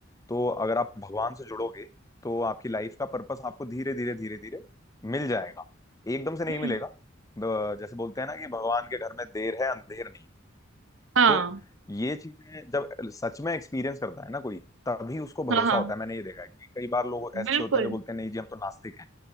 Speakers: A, on the left; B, on the right.
A: तो अगर आप भगवान से जुड़ोगे तो आपकी लाइफ का पर्पस आपको धीरे धीरे धीरे धीरे मिल जाएगा एकदम से नहीं
B: हम्म
A: मिलेगा ब- जैसे बोलते हैं ना कि भगवान के घर में देर है अंधेर नहीं
B: हाँ
A: तो ये चीजें जब सच में एक्सपीरियंस करता है ना कोई तभी उसको भरोसा
B: हाँ हाँ
A: होता है मैंने ये देखा है क्योंकि कई बार लोग ऐसे
B: बिल्कुल
A: होते हैं जो बोलते हैं नहीं जी हम तो नास्तिक हैं